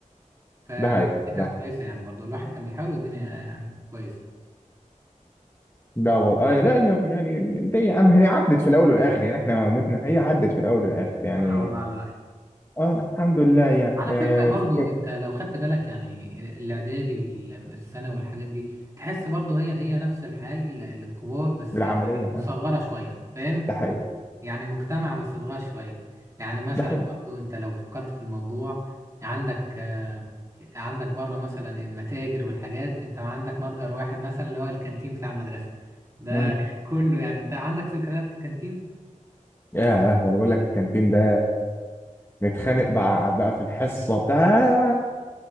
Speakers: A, on the right; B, on the left.
A: فكانت
B: ده حقيقي ده حقيقي.
A: كويسه يعني برضه الواحد كان بيحاول والدنيا يعني كويسه
B: لا والله آه لا هي يعني دي أم هي عدت في الاول والاخر يعني احنا متنا هي عدت في الاول والاخر يعني
A: <laughs> اه والله على رأيك
B: اه الحمد لله يعني
A: على
B: آه
A: فكرة برضو
B: فاكر
A: انت لو خدت بالك يعني ال- الاعدادي والثانوي والحاجات دي تحس برضو هي هي نفس الحال للكبار بس
B: العمليه
A: يعني مصغرة
B: فاهم
A: شوية فاهم
B: ده حقيقي
A: يعني مجتمع بس صغير شوية يعني مثلا
B: ده
A: برضو انت لو فكرت في الموضوع عندك آه، عندك بره مثلا المتاجر والحاجات انت عندك متجر واحد مثلا اللي هو الكانتين بتاع المدرسة ده
B: حقيقي
A: <laughs> كله يعني انت عندك ذكريات للكانتين
B: ياه ده انا بقول لك الكانتين ده نتخانق بقى بقى في الحصه بتاع